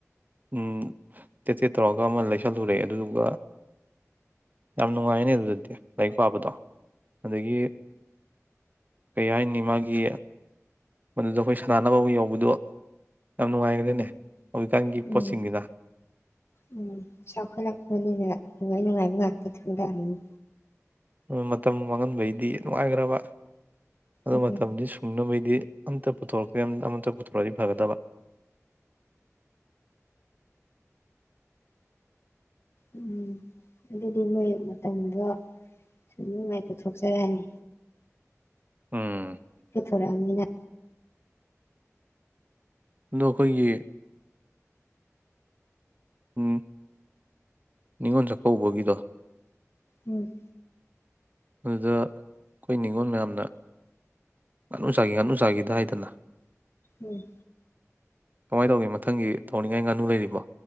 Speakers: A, on the right; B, on the left.
A: ꯎꯃ ꯇꯦꯠ ꯇꯦꯠ ꯇꯧꯔꯒ ꯑꯃ ꯂꯩꯁꯤꯜꯂꯨꯔꯦ ꯑꯗꯨꯗꯨꯒ ꯌꯥꯝ ꯅꯨꯡꯉꯥꯏꯅꯦ ꯑꯗꯨꯗꯗꯤ ꯂꯥꯏꯔꯤꯛ ꯄꯥꯕꯗꯣ ꯑꯗꯒꯤ ꯀꯩ ꯍꯥꯏꯅꯤ ꯃꯒꯤ ꯃꯗꯨꯗ ꯑꯩꯈꯣꯏ ꯁꯥꯟꯅꯅꯕ ꯑꯃ ꯌꯧꯕꯗꯣ ꯌꯥꯝ ꯅꯨꯡꯉꯥꯏꯈ꯭ꯔꯦꯅꯦ
B: ꯎꯝ
A: ꯍꯧꯖꯤꯛꯀꯥꯟꯒꯤ
B: ꯎꯝ
A: ꯄꯣꯠꯁꯤꯡꯁꯤꯅ
B: ꯎꯃ ꯆꯥꯎꯈꯠꯂꯛꯄꯅꯤꯅꯥ ꯅꯨꯡꯉꯥꯏ ꯅꯨꯡꯉꯥꯏꯕ ꯉꯥꯛꯇ ꯊꯤꯟꯗꯕꯤꯅꯤ
A: ꯎꯃ ꯃꯇꯝ ꯃꯥꯡꯍꯟꯕꯩꯗꯤ ꯅꯨꯡꯉꯥꯏꯈꯒꯔꯕ ꯑꯗꯨ
B: ꯎꯝ
A: ꯃꯇꯝꯗꯤ
B: ꯎꯝ
A: ꯁꯨꯡꯅꯕꯩꯗꯤ ꯑꯝꯇ ꯄꯨꯊꯣꯔꯛꯇꯦ ꯑꯃꯇ ꯄꯨꯊꯣꯔꯛꯗꯤ ꯐꯒꯗꯕ
B: ꯎꯝ ꯑꯗꯨꯗꯤ ꯃꯣꯏ ꯃꯇꯝꯗꯣ ꯁꯨꯅꯤꯡꯉꯥꯏ ꯄꯨꯊꯣꯛ ꯆꯔꯥꯅꯤ
A: ꯎꯝ
B: ꯈꯊꯨꯔ꯭ꯃꯤꯅꯥ
A: ꯑꯗꯣ ꯑꯥꯈꯣꯏꯒꯤ ꯎ ꯅꯤꯡꯉꯣꯟ ꯆꯥꯛꯀꯂꯀꯧꯕꯒꯤꯗꯣ
B: ꯎꯝ
A: ꯑꯗꯨꯗ ꯑꯩꯈꯣꯏ ꯅꯤꯉꯣꯜ ꯃꯌꯥꯝꯅ ꯉꯥꯅꯨ ꯆꯥꯖꯤ ꯉꯥꯅꯨ ꯆꯥꯖꯤꯗ ꯍꯥꯏꯗꯅ
B: ꯎꯝ
A: ꯀꯃꯥꯏꯅ ꯇꯧꯒꯦ ꯃꯊꯪꯒꯤ ꯊꯣꯡꯅꯤꯡꯉꯥꯏ ꯉꯥꯅꯨ ꯂꯩꯔꯤꯕꯣ